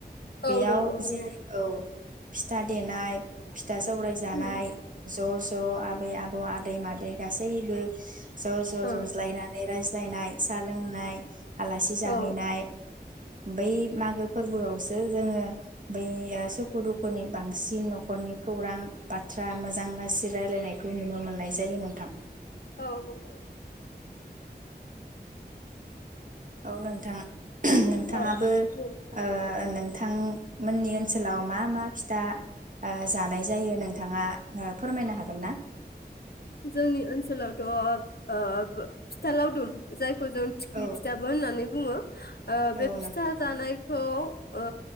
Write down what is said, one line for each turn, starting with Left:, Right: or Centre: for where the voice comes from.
Right: बेयाव
Left: औ नंगौ नंगौ
Right: जेरै औ फिथा देनाय फिथा सौराय जानाय
Left: उम
Right: ज' ज' ज' आबै आबौ आदै मादै गासैबो ज ज
Left: ओ
Right: जज्लायनानै राय बुजायनाय सा लोंनाय आलासि जाहैनाय
Left: औ
Right: बै मागो फोरबोआवसो जोङो बै सुखु दुखुनि बांसिन न'खरनि खौरां बाथ्रा मोजां गाज्रि रायलायनायखौ नुनो मोननाय जायो। जायो नोंथां
Left: औ नंगौ।
Right: ओ नोंथां नोंथाङाबो
Left: औ
Right: ओ नों नोंथांमोननि ओनसोलाव मा मा फिथा ओ जानाय जायो नोंथाङा फोरमायनो हागोन ना?
Left: जोंनि ओनसोलावथ' ओ फिथा लावदुम जाय जों थिख्लि
Right: औ
Left: फिथाबो होननानै बुङो आ
Right: औ
Left: बे
Right: नोंथां
Left: फिथा जानाय खौ ओ